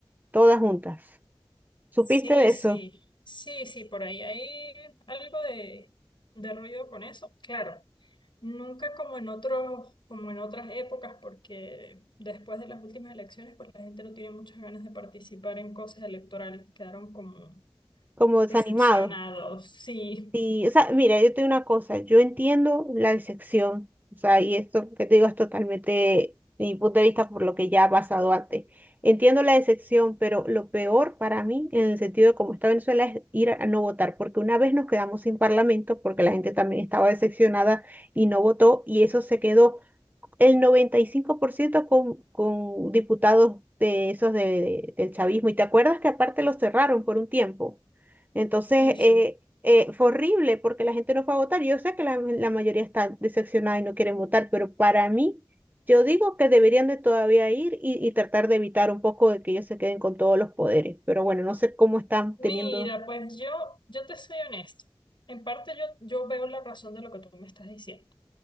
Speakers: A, on the right; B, on the left.
A: todas juntas. ¿Supiste
B: Sí,
A: de
B: sí,
A: eso?
B: sí, sí, por ahí hay algo de, de ruido con eso. Claro, nunca como en otros, como en otras épocas, porque después de las últimas elecciones, pues la gente no tiene muchas ganas de participar en cosas electorales, quedaron como
A: como desanimado.
B: decepcionados. Sí,
A: Y, o sea, mira, yo te una cosa, yo entiendo la decepción o sea, y esto que te digo es totalmente de mi punto de vista por lo que ya ha pasado antes. Entiendo la decepción, pero lo peor para mí, en el sentido de cómo está Venezuela, es ir a no votar, porque una vez nos quedamos sin parlamento, porque la gente también estaba decepcionada y no votó, y eso se quedó el 95% con, con diputados de esos de, de- del chavismo. Y te acuerdas que aparte los cerraron por un tiempo. Entonces,
B: sí, sí.
A: eh, eh, fue horrible porque la gente no fue a votar. Yo sé que la, la mayoría está decepcionada y no quieren votar, pero para mí, yo digo que deberían de todavía ir y, y tratar de evitar un poco de que ellos se queden con todos los poderes. Pero bueno, no sé cómo están
B: Mira,
A: teniendo...
B: pues yo, yo te soy honesto. En parte yo, yo veo la razón de lo que tú me estás diciendo.